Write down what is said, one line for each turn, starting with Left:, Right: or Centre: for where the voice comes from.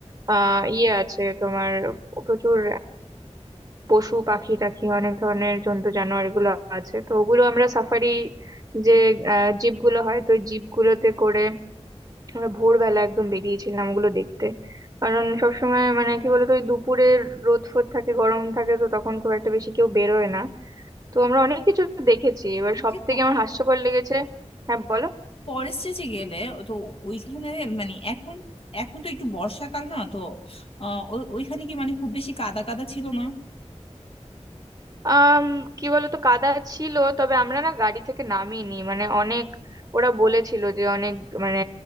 Right: আহ ইয়ে আছে তোমার প্রচুর পশু পাখি টাখি অনেক ধরনের জন্তু জানোয়ার এগুলো আছে তো ওগুলো আমরা সাফারি যে আহ, জিপগুলো হয় তো জিপগুলোতে করে আমরা ভোরবেলা একদম বেরিয়েছিলাম ওগুলো দেখতে কারণ সবসময় মানে কি বলতো ওই দুপুরে রোদ ফোদ থাকে গরম থাকে তো তখন খুব একটা বেশি কেউ বেরোয় না তো আমরা অনেক কিছু দেখেছি এবার সব
Left: যে
Right: থেকে আমার হাস্যকর লেগেছে হ্যাঁ বলো
Left: ফরেস্টে যে গেলে ও তো ওইখানে মানে এখন এখন তো একটু বর্ষাকাল না তো আহ, ও- ওইখানে কি মানে খুব বেশি কাদা কাদা ছিল না
Right: আম কি বলতো কাদা ছিল তবে আমরা না গাড়ি থেকে নামিনি মানে অনেক ওরা বলেছিল যে অনেক মানে